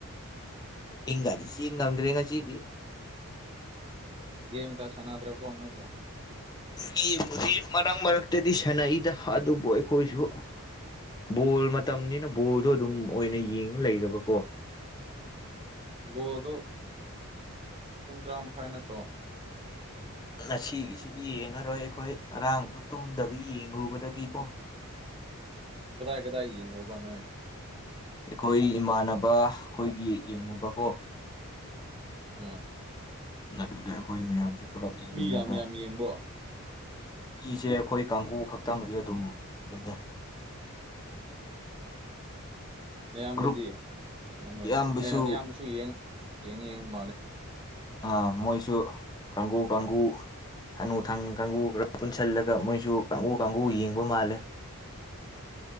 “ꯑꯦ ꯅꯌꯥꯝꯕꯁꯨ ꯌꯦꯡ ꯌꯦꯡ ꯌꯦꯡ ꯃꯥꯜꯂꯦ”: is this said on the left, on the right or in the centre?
Right